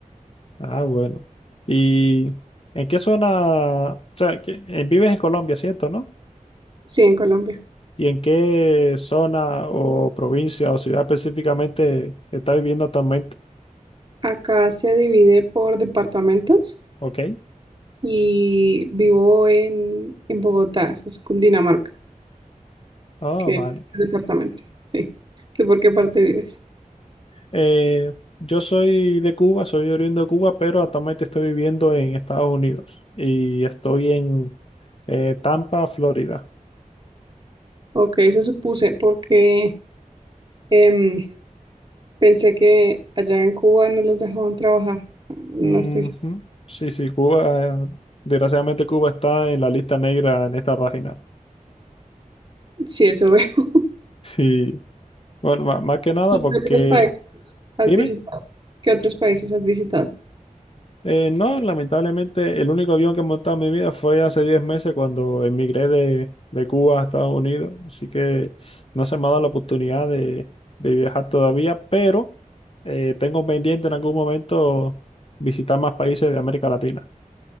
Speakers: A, on the left; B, on the right.
A: Ah, bueno. ¿Y en qué zona? O sea, que- eh, vives en Colombia, ¿cierto, no?
B: Sí, en Colombia.
A: ¿Y en qué zona o provincia o ciudad específicamente está viviendo actualmente?
B: Acá se divide por departamentos
A: Ok.
B: y vivo en, en Bogotá, eso es Cundinamarca,
A: Ah,
B: que
A: vale.
B: es el departamento, sí. ¿Tú por qué parte vives?
A: Eh, yo soy de Cuba, soy oriundo de Cuba, pero actualmente estoy viviendo en Estados Unidos y estoy en eh, Tampa, Florida.
B: Ok, eso supuse, porque... em, Pensé que allá en Cuba no los dejaban trabajar. No
A: Ujú.
B: estoy segura.
A: Sí, sí, Cuba, eh, desgraciadamente Cuba está en la lista negra en esta página. <laughs>
B: Sí, eso veo.
A: Sí. Bueno, ma- más que nada
B: <laughs>
A: porque...
B: ¿Qué otros países has
A: Dime.
B: visitado? ¿Qué otros países has visitado?
A: Eh, no, lamentablemente el único avión que he montado en mi vida fue hace 10 meses cuando emigré de, de Cuba a Estados Unidos, así que no se me ha dado la oportunidad de, de viajar todavía, pero eh, tengo pendiente en algún momento visitar más países de América Latina.